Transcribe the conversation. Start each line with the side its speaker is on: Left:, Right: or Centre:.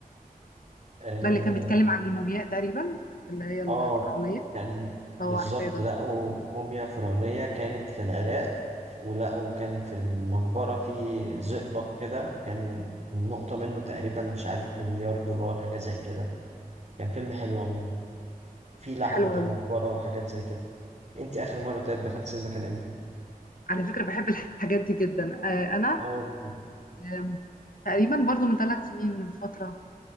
Right: آه,
Left: ده اللي كان بيتكلم عن المومياء تقريبا اللي هي الفرعونيه
Right: آه كان
Left: اه
Right: بالظبط
Left: عارفاه ده
Right: لقوا موميا فرعونية كانت في العراق ولقوا كان في المقبرة في زئبق كده كان النقطة منه تقريبا مش عارف بمليار دولار حاجة زي كده كان فيلم حلو عموما في لعنة
Left: حلو
Right: في
Left: قوي
Right: المقبرة وحاجات زي كده انت آخر مرة طيب دخلت سينما كان امتى؟
Left: على فكرة بحب الحاجات دي جدا آه، أنا
Right: اه
Left: آم، تقريبا برضو من ثلاث سنين من فترة